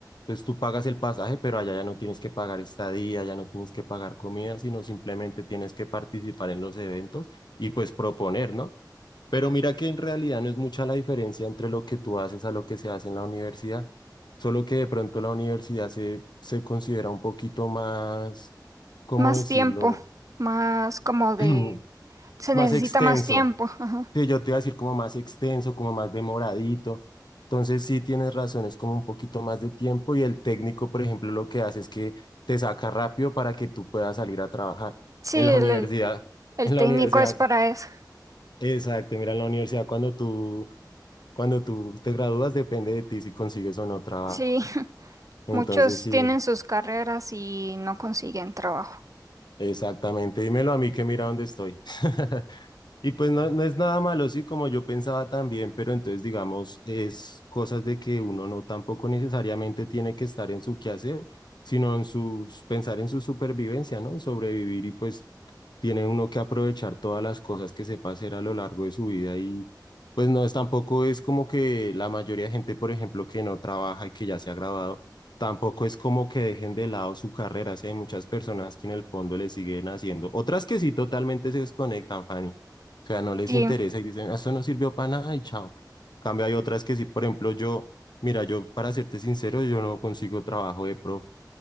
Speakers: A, on the left (about 75°); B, on the right (about 45°).
A: Entonces tú pagas el pasaje, pero allá ya no tienes que pagar estadía, ya no tienes que pagar comida, sino simplemente tienes que participar en los eventos y pues proponer, ¿no? Pero mira que en realidad no es mucha la diferencia entre lo que tú haces a lo que se hace en la universidad, solo que de pronto la universidad se, se considera un poquito más, ¿cómo
B: más
A: decirlo?
B: tiempo, más como de
A: <clears throat>
B: se
A: Es
B: necesita
A: más extenso.
B: más tiempo. ajá.
A: Sí, yo te iba a decir como más extenso, como más demoradito. Entonces sí tienes razón, es como un poquito más de tiempo y el técnico, por ejemplo, lo que hace es que te saca rápido para que tú puedas salir a trabajar
B: Sí,
A: en la
B: el,
A: universidad.
B: el el
A: En
B: técnico
A: la universidad,
B: es para eso.
A: exacto, mira, en la universidad cuando tú Cuando tú te gradúas depende de ti si consigues o no trabajo.
B: Sí, <laughs>
A: Entonces,
B: muchos
A: sí,
B: tienen sus carreras y no consiguen trabajo.
A: exactamente. Dímelo a mí que mira dónde estoy. <laughs> Y pues no, no es nada malo, sí, como yo pensaba también, pero entonces digamos, es cosas de que uno no tampoco necesariamente tiene que estar en su quehacer, sino en sus, pensar en su supervivencia, ¿no? Sobrevivir y pues tiene uno que aprovechar todas las cosas que sepa hacer a lo largo de su vida y pues no es tampoco es como que la mayoría de gente, por ejemplo, que no trabaja y que ya se ha graduado, tampoco es como que dejen de lado su carrera, si hay muchas personas que en el fondo le siguen haciendo, otras que sí totalmente se desconectan, Fanny o sea, no les
B: Sí.
A: interesa y dicen, "Ah, esto no sirvió para nada y chao. Cambio, hay otras que sí, por ejemplo, yo, mira, yo para serte sincero, yo no consigo trabajo de profe.